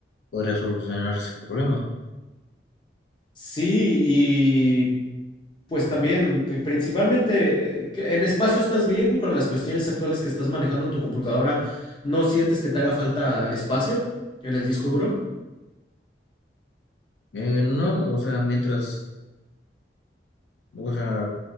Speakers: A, on the left; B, on the left.
A: podría solucionar ese problema.
B: Sí, y pues también, eh, principalmente, eh, que en espacio estás bien con las cuestiones actuales que estás manejando en tu computadora, ¿no sientes que te haga falta espacio en el disco duro?
A: Eh, no, o sea, mientras, o sea,